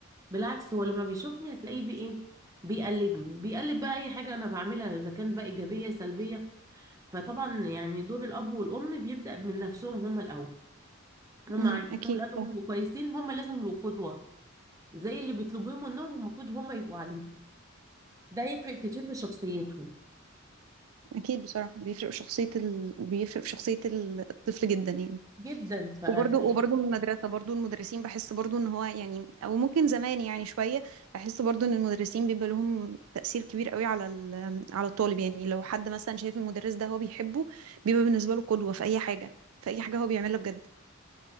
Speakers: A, on the right; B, on the right.
A: بالعكس هو لما بيشوفني هتلاقيه بايه بيقلدني بيقلد بقى اي حاجه انا بعملها اذا كانت بقى ايجابيه سلبيه فطبعا يعني دور الاب والام بيبدا من نفسهم هم الاول هم
B: امم
A: عايزين
B: اكيد
A: ولادهم
B: صح.
A: يبقوا كويسين هم لازم يبقوا قدوة زي اللي بيطلبوه منهم المفروض هم يبقوا عليه ده يفرق كتير في شخصيتهم
B: اكيد بصراحه بيفرق في شخصيه ال... بيفرق في شخصيه الطفل جدا يعني
A: جدا ففعلا
B: وبرضو وبرضو من المدرسة برضو المدرسين بحس برضو ان هو يعني او ممكن زمان يعني شوية بحس برضو ان المدرسين بيبقى لهم تأثير كبير قوي على ال- على الطالب يعني لو حد مثلا شايف المدرس ده هو بيحبه بيبقى بالنسبة له قدوة في اي حاجة في اي حاجة هو بيعملها بجد